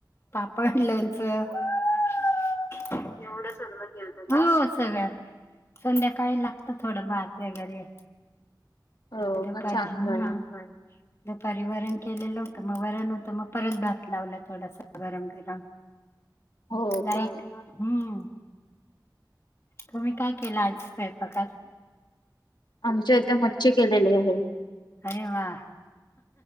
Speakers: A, on the left (about 35°); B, on the left (about 75°).
A: पापड लोणच. एवढं सगळं केलत, का हो सगळं. संध्याकाळी लागत थोडं भात वगेरे. <unintelligible>
B: हो का चांगलं आहे.
A: दुपारी वरण केलेलं होतं, मग वरण होतं मग परत भात लावला थोडासा गरम गरम.
B: हो
A: लाईट
B: का
A: हम्म. तुम्ही काय केलं आज स्वयंपाकात?
B: आमच्या इथं मच्छी केलेली आहे.
A: अरे वा